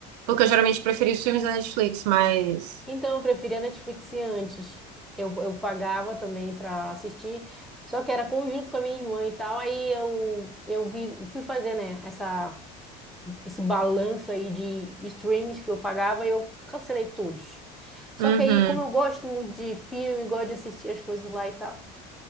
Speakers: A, on the right; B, in the centre.
A: porque eu geralmente preferi os filmes da Netflix, mas.
B: Então eu preferia Netflix antes. Eu, eu pagava também para assistir, só que era conjunto com a minha irmã e tal. Aí eu, eu vi, fui fazer, né, essa, esse balanço aí de streams que eu pagava e eu cancelei todos. Só
A: Uhum,
B: que aí, como eu gosto muito de filme, gosto de assistir as coisas lá e tal,